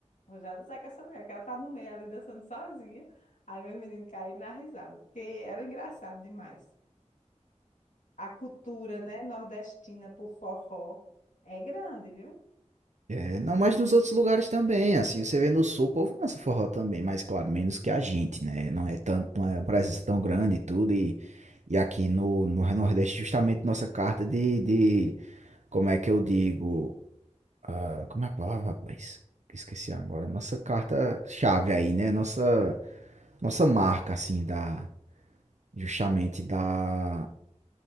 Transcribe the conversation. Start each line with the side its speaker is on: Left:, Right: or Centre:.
Left: Rojada sai com essa mulher, que ela tá no meio ali dançando sozinha. Aí meu menino caiu na risada, porque era engraçado demais. A cultura, né, nordestina por forró é grande, viu?
Right: É, não, mas nos outros lugares também, assim, você vê no sul, o povo dança forró também, mas claro, menos que a gente, né? Não é tanto, não é uma presença tão grande e tudo, e, e aqui no, no Nordeste, justamente nossa carta de, de, como é que eu digo, ah, como é a palavra, rapaz? Esqueci agora, nossa carta chave aí, né? Nossa, nossa marca, assim, da, justamente da,